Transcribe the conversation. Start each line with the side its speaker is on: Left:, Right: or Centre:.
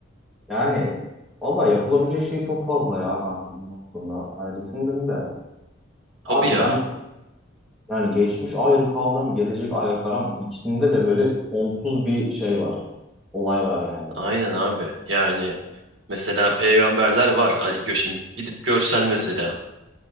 Centre: Yani valla yapılabilecek şey çok fazla ya kanka bunun hakkında. Hani düşündüm de
Right: Tabii
Centre: harbiden
Right: ya.
Centre: yani geçmiş ayrı kavram, gelecek ayrı kavram ikisinde de böyle sonsuz bir şey var. Olay var yani.
Right: Aynen abi. Yani mesela peygamberler var. Ay, gö- Şimdi gidip görsen mesela.